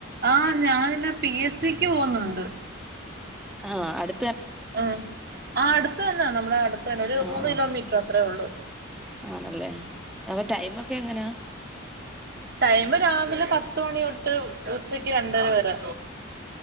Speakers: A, on the right (about 50°); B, in the centre.
A: ആഹ് ഞാനിന്ന് പി എസ് സിക്ക് പോകുന്നുണ്ട്
B: ആഹ് അട്
A: ആഹ് ആഹ് അടുത്ത്തന്നെ നമ്മളെ അട്താണ് ഒരു
B: ആഹ്
A: മൂന്ന്
B: ആഹ്
A: കിലോമീറ്റർ അത്രെ ഒള്ളൂ
B: ആണല്ലേ അപം ടൈമൊക്കെ എങ്ങനാ
A: ടൈമ് രാവിലെ പത്ത്മണി ഒട്ട് ഉച്ചക്ക് രണ്ടര വരെ